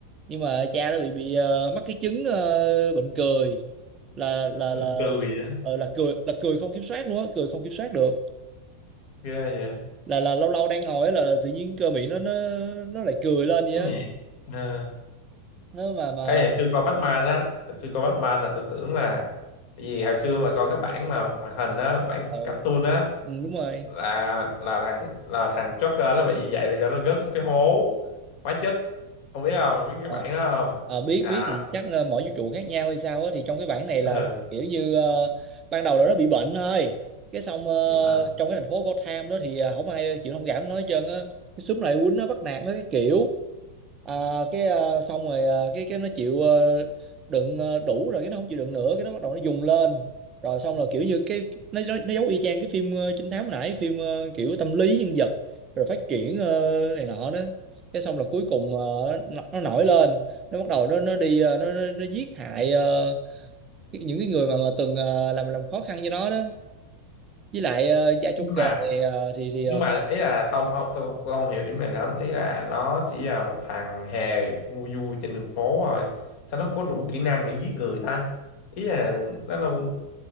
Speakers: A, on the right; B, on the left.
A: nhưng mà cha đó bị bị ờ, mắc cái chứng ờ, bệnh cười là là
B: mình
A: là
B: cười vậy á
A: ờ, là cười là cười không kiểm soát luôn á cười không kiểm soát được
B: ghê vậy
A: là là lâu lâu đang ngồi ấy là, là tự nhiên cơ miệng nó nó nó lại cười lên vậy
B: cái
A: á
B: nhẹ à.
A: nó mà mà
B: ấy hồi xưa coi Batman á hồi xưa coi Batman là tôi tưởng là tại vì hồi xưa mà coi cái bản mà hoạt hình á bản
A: ờ
B: cartoon á
A: ừ, đúng rồi
B: là là thằng là thằng Joker nó bị như vậy là do nó rớt xuống cái hố hóa chất không biết không biết cái
A: Ờ,
B: bản đó không
A: ờ, biết
B: à
A: biết thì chắc là mỗi vũ trụ khác nhau hay sao á thì trong cái bản này là,
B: <laughs> ừ.
A: là kiểu như ờ, ban đầu là nó bị bệnh thôi cái xong ờ,
B: bị bệnh.
A: trong cái thành phố Gotham đó thì ờ, không ai chịu thông cảm nói hết trơn á cái xúm này quýnh nó bắt nạt nó cái kiểu À, cái ờ, xong rồi ờ, cái cái nó chịu ờ, đựng ờ, đủ rồi cái nó không chịu đựng nữa cái nó bắt đầu nó dùng lên rồi xong rồi kiểu như cái nó nó, nó giống y chang cái phim ờ, trinh thám hồi nãy phim ờ, kiểu tâm lý nhân vật rồi phát triển ờ, này nọ đó thế xong là cuối cùng ờ, nó, nó nổi lên nó bắt đầu nó nó đi ờ, nó nó, nó giết hại ờ, cái- những cái người mà mà từng ờ, làm làm khó khăn cho nó đó với lại ờ, gia
B: Nhưng
A: chốt
B: mà
A: cờ thì ờ, thì thì
B: nhưng
A: ờ,
B: mà ý là không ô, tôi, tôi không hiểu điểm này lắm ý là nó chỉ là một thằng hề ngu vui trên đường phố thôi sao nó có đủ kỹ năng để giết người ta ý là nó đâu